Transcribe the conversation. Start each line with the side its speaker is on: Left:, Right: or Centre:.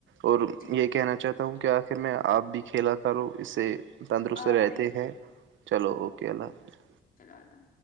Right: اور
Left: چلو
Right: یہ کہنا چاہتا ہوں کہ آخر میں آپ بھی کھیلا کروں اس سے تندرست
Left: آپ
Right: رہتے
Left: بھی
Right: ہیں چلو اوکے اللہ حافظ
Left: چلو اللہ